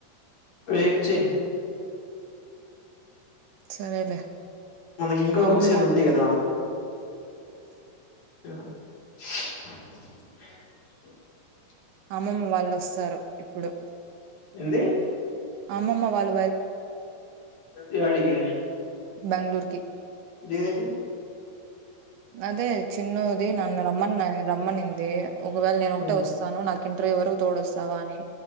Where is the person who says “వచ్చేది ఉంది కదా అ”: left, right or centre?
Left